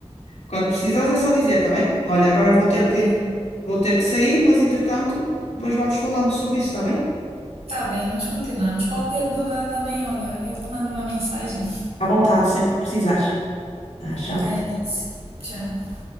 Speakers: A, on the left; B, on the right.
A: Quando precisares é só dizer, está bem? Olha, agora
B: <laughs>
A: vou
B: está
A: ter que,
B: bem,
A: vou ter que sair, mas entretanto, depois vamos falando sobre isso, está bem?
B: está bem, nós continuamos. Qualquer dúvida também, olha, eu te mando uma mensagem.
A: À vontade, sempre que precisares. Tá, tchau.
B: Bye, Alice. Tchau.